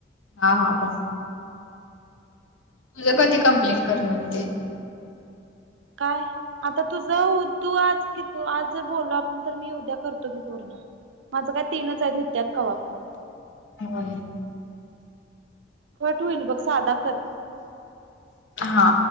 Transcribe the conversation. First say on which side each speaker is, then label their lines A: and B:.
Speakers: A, on the left; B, on the right.
A: हा हा बऽ तुझं कधी कंप्लेट करणार ते?
B: काय? आता तूझ, तू आज कि तू आज जर बोलल आपण, तर मी उद्या करतो की पूर्ण. माझं काय तीनच आहेत, हुत्यात कावा पण.
A: हा,
B: खट होईल बघ, सादा कर.
A: हा,